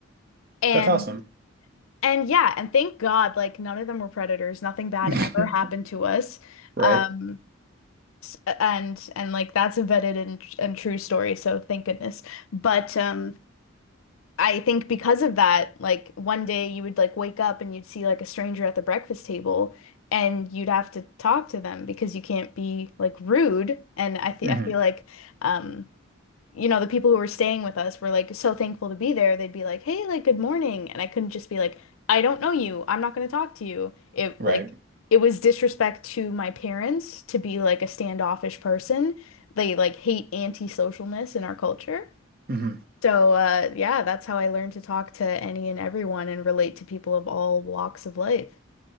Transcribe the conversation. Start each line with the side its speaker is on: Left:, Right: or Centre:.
Left: And
Right: That's awesome.
Left: and yeah, and thank God like none of them were predators. Nothing bad
Right: <laughs>
Left: ever happened to us.
Right: Right.
Left: Um S- uh, and and like that's embedded in and and true story so thank goodness but um I think because of that like one day you would like wake up and you'd see like a stranger at the breakfast table and you'd have to talk to them because you can't be like rude and I th
Right: hmm
Left: I feel like um you know, the people who were staying with us were like so thankful to be there. They'd be like, "Hey, like good morning." And I couldn't just be like, "I don't know you. I'm not going to talk to you." It
Right: Right.
Left: like it was disrespect to my parents to be like a standoffish person. They like hate antisocialness in our culture.
Right: hmm
Left: So, uh, yeah, that's how I learned to talk to any and everyone and relate to people of all walks of life.